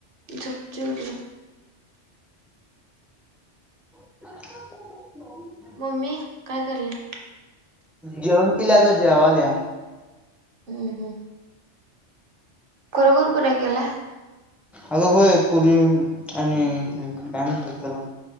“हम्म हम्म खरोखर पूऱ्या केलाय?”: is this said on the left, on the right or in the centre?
Right